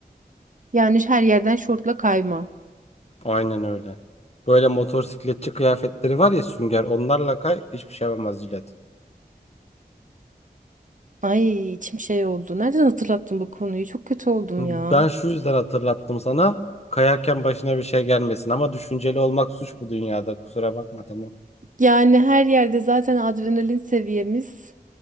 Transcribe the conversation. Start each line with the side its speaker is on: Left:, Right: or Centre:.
Right: Yani her yerden şortla kayma.
Left: Aynen öyle. Böyle motosikletçi kıyafetleri var ya sünger onlarla kay hiçbir şey yapamaz jilet.
Right: Ay içim şey oldu. Nereden hatırlattın bu konuyu? Çok kötü oldum
Left: Ben
Right: ya.
Left: şu yüzden hatırlattım sana. Kayarken başına bir şey gelmesin ama düşünceli olmak suç bu dünyada kusura bakma tamam.
Right: Yani her yerde zaten adrenalin seviyemiz